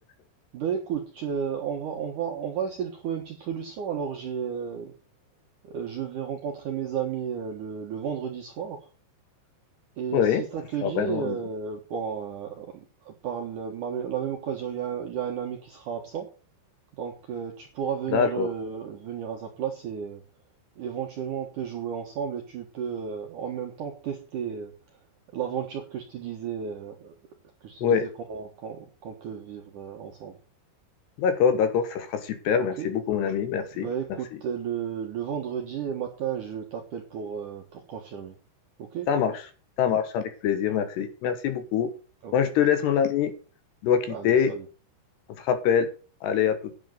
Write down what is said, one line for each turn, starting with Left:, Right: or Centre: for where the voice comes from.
Right: Ben écoute, euh, on va, on va, on va essayer de trouver une petite solution. Alors j'ai, euh, euh, je vais rencontrer mes amis euh, le, le vendredi soir. Et
Left: Oui,
Right: si ça
Left: ça
Right: te
Left: sera
Right: dit,
Left: vraiment.
Right: euh, bon, euh, par le- ma- la même occasion, il y a, il y a un ami qui sera absent. Donc euh, tu pourras venir,
Left: D'accord.
Right: le, venir à sa place et euh, éventuellement on peut jouer ensemble et tu peux euh, en même temps tester euh, l'aventure que je te disais, euh, que je te
Left: Oui,
Right: disais qu'on qu'on qu'on peut vivre euh, ensemble.
Left: d'accord, d'accord, ça sera super.
Right: Ok?
Left: Merci beaucoup, mon ami. Merci,
Right: Bah écoute,
Left: merci.
Right: le, le vendredi matin, je t'appelle pour, euh, pour confirmer. Ok?
Left: Ça marche, ça marche avec plaisir, merci. Merci beaucoup.
Right: Ok.
Left: Moi, je te laisse, mon ami. Je dois quitter.
Right: Allez, salut.
Left: On se rappelle. Allez, à tout.